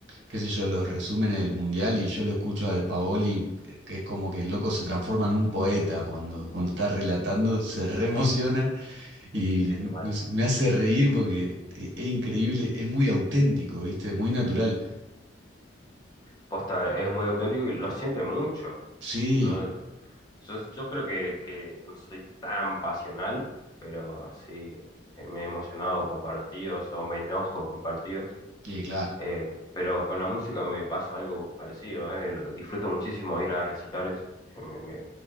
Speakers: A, on the right; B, on the left.
A: qué sé yo, los resúmenes del Mundial y yo lo escucho a De Paoli, eh, que es como que el loco se transforma en un poeta cuando, cuando está relatando, se reemociona y
B: sí, mal.
A: no sé, me hace reír porque e- es, increíble, es muy auténtico, ¿viste? Muy natural.
B: Posta es muy auténtico y lo siente mucho.
A: Sí,
B: Yo, yo, yo creo que, que no soy tan pasional, pero sí, eh, me he emocionado con partidos o me enojo con partidos.
A: y claro,
B: Eh, pero con la música me pasa algo parecido, ¿eh? Lo- disfruto muchísimo ir a recitales. eh, me- me-